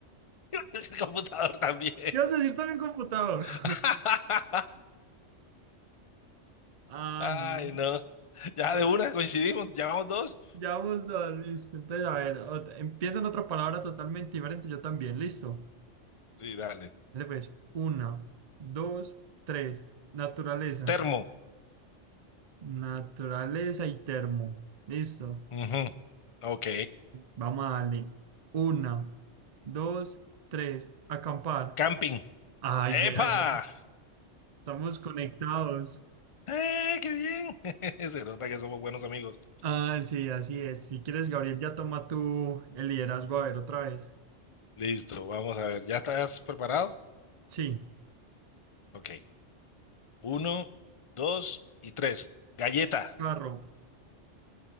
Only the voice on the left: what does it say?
<laughs> El computador también.
<laughs>
Ay,
no. Ya
de una coincidimos, llevamos dos.
Sí, dale.
Termo.
Ujú, Ok.
Camping.
¡Epa!
¡Eh, qué bien! <laughs> Se nota que somos buenos amigos.
Listo, vamos a ver. ¿Ya estás preparado?
Ok. Uno, dos y tres. Galleta.